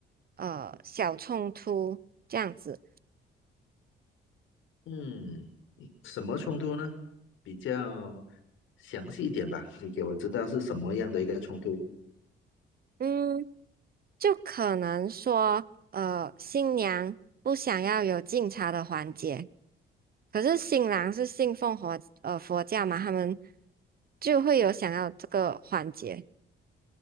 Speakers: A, on the right (about 50°); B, on the left (about 80°).
A: 呃小冲突这样子。
B: 嗯，什么冲突呢？比较详细一点吧，你给我知道是什么样的一个冲突。
A: 嗯，就可能说，呃，新娘不想要有敬茶的环节，可是新郎是信奉佛呃佛教嘛，他们就会有想要这个环节。